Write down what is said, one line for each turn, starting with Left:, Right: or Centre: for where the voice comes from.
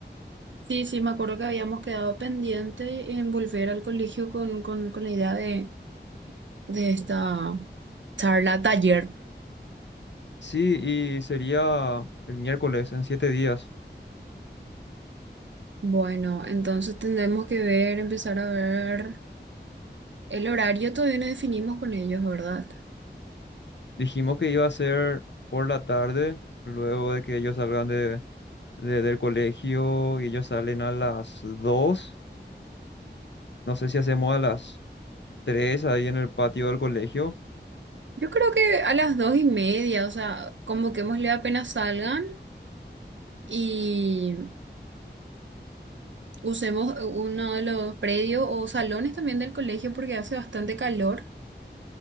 Right: Sí, sí, me acuerdo que habíamos quedado pendiente en volver al colegio con, con, con la idea de, de esta charla taller.
Left: Sí, y sería el miércoles en siete días.
Right: Bueno, entonces tendremos que ver, empezar a ver el horario, todavía no definimos con ellos, ¿verdad?
Left: Dijimos que iba a ser por la tarde, luego de que ellos salgan de, de- del colegio y ellos salen a las dos No sé si hacemos a las tres ahí en el patio del colegio
Right: Yo creo que a las dos y media, o sea, convoquémosle apenas salgan y usemos uno de los predios o salones también del colegio porque hace bastante calor.